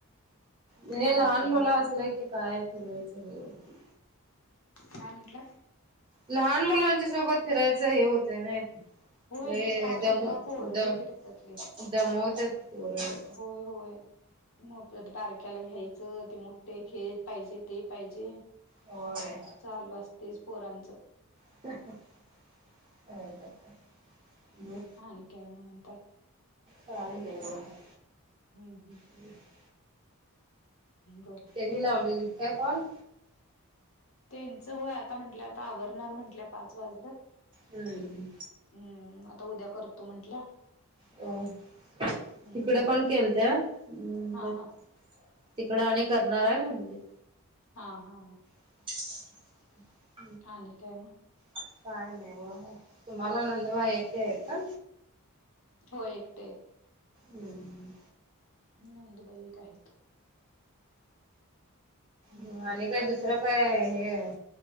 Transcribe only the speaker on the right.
हे
लहान
मुलं असलं की काय फिरवायचं हे होता
लहान मुलांच्या सोबत फिरायचं हे होतय ने नाही
दम
द
दुमवत्यात पोरं लई
व्हय.
<unintelligible> मग
काय नाही बगा.
<inaudible>
ही लावलेलीस काय कॉल.
हम्म.
अ
तिकड पण केलत्या म्हंटल्या
तिकडं आणि करणार आहे म्हणलीत.
<inaudible>
काय नाही व्हा तुम्हाला नंदुबाई एकट्या आहेत का.
हम्म.
मग आणि काय दुसरं काय हे